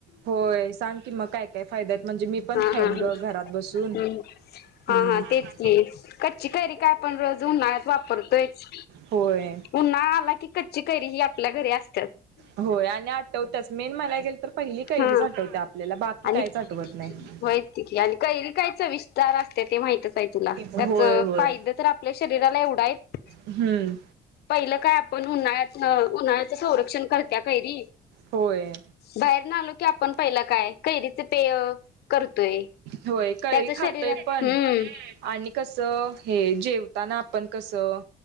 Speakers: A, on the right; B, on the left.
A: होय सांग की मग काय काय फायदा आहेत म्हणजे मी पण
B: हा
A: खाईन
B: हा ह
A: ग घरात बसून
B: ह् हा
A: हम्म
B: हा तेच की, कच्ची कैरी काय आपण है रोज उन्हाळ्यात वापरतोयच.
A: होय
B: उन्हाळा आला की, कच्ची कैरी ही आपल्या घरी अस--मकक
A: होय आणि आठवत्याच, मेन म्हणाय गेल तर पहिली कैरीच
B: हा
A: आठवत्या आपल्याला बाकी
B: आणि
A: काहीच आठवत नाही
B: व्हयच ती की आणि कैरी काय चविस्तर असतिया ते माहितच हाय तुला.
A: होय
B: त्याच
A: होय
B: फायद तर आपल्या शरीराला एवढा हाईत,
A: हम्म
B: पहिलं काय आपण उन्हाळ्यात न उन्हाळ्यात तेज संरक्षण करत्या कैरी,
A: होय
B: बाहेर ऊन्हात आलो की, आपल पहिलं काय? कैरीच पेय. करतोय
A: होय कैरी
B: त्याच
A: खातय
B: शरीरात
A: पण
B: हम्म
A: आणि कसं हे जेवताना आपण कसं